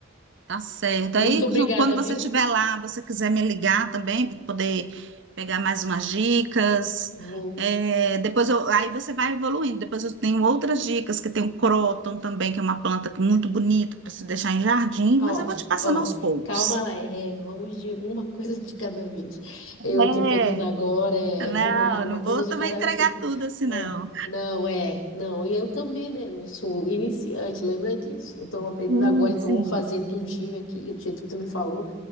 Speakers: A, on the right; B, on the left.
A: Tá certo.
B: Muito
A: Aí, qu-
B: obrigada,
A: quando você
B: viu?
A: estiver lá, você quiser me ligar também para poder pegar mais umas dicas.
B: Vou.
A: É, depois eu, aí você vai evoluindo. Depois eu tenho outras dicas, que tem o croton também, que é uma planta que é muito bonita para se deixar em jardim,
B: Ó,
A: mas eu vou te passando
B: ó,
A: aos poucos.
B: calma lá. É, vamos de uma <laughs> coisa de cada vez. Eu
A: É.
B: tô pegando agora, é,
A: Não,
B: vamos lá, uma
A: não
B: coisa
A: vou
B: de
A: também
B: cada
A: entregar
B: vez. <laughs>
A: tudo assim,
B: Não,
A: não.
B: não, é, não. E eu também, né? Eu sou iniciante, lembra disso. Eu tô aprendendo
A: Sim,
B: agora, então
A: sim.
B: vou fazer tudinho aqui, do jeito que tu me falou.